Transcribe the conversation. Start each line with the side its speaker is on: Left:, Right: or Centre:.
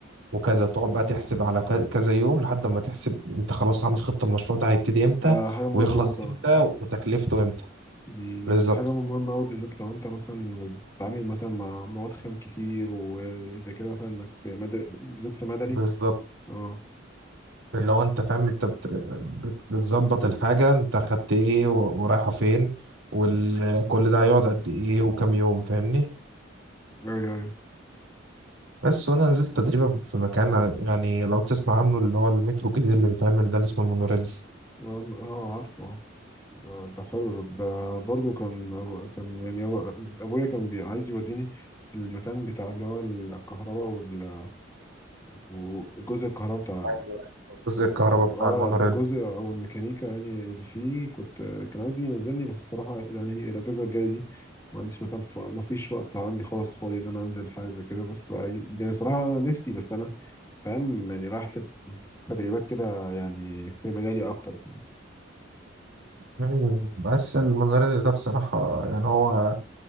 Right: وكذا تقعد بقى تحسب على ك- كذا يوم لحد ما تحسب انت خلاص عامل خطة المشروع ده هيبتدي امتى
Left: ده حاجة مهمة
Right: ويخلص
Left: أوي فعلا
Right: امتى وتكلفته امتى
Left: دي
Right: بالظبط
Left: دي حاجة مهمة أوي بالذات لو أنت مثلا بتتعامل مثلا مع مواد خام كتير وإذا كده مثلا إنك في مدني بالذات في مدني
Right: بالظبط
Left: أه
Right: اللي هو انت فاهم انت بت- بت- بتظبط الحاجة انت خدت ايه و- ورايحة فين وكل ده هيقعد قد ايه وكام يوم فاهمني
Left: أيوه أيوه
Right: بس وانا نزلت تدريبة في مكان يعني لو تسمع عنه اللي هو المترو الجديد اللي بيتعمل ده اللي اسمه المونوريل
Left: أه آه، عارفه أه آه، ده حلو ده ده برضه كان أبو كان يعني أبو- أبويا كان بي- عايز يوديني المكان بتاع اللي هو الكهرباء وال- وجزء الكهرباء
Right: أيوة. جزء الكهرباء بتاع
Left: اه
Right: المونوريل
Left: الجزء او الميكانيكا يعني اللي فيه كنت كان عايز ينزلني بس الصراحه يعني الاجازه الجايه دي ما عنديش مكان ف... ما فيش وقت عندي خالص فاضي ان انا انزل حاجه زي كده بس بقى يعني صراحه نفسي بس انا فاهم يعني رايح تد- تدريبات كده يعني في مجالي اكتر فاهم
Right: مم. بس المونوريل ده بصراحة يعني هو